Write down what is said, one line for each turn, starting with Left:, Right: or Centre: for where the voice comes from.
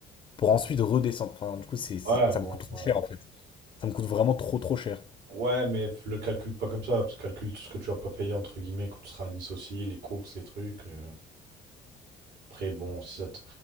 Left: pour ensuite redescendre. Enfin, du coup, c'est, c'est-
Right: Ouais,
Left: ça
Right: bon,
Left: me coûte
Right: ça
Left: trop
Right: va.
Left: cher en fait. Ça me coûte vraiment trop trop cher.
Right: Ouais, mais f- le calcule pas comme ça, parce que calcule tout ce que tu vas pas payer, entre guillemets, quand tu seras à Nice aussi, les courses, les trucs. euh. Après, bon, si ça te-